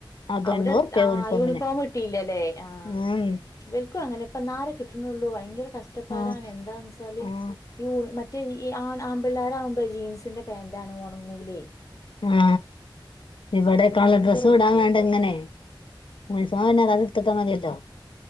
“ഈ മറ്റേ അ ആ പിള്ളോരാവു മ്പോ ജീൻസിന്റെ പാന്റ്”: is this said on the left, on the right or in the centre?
Left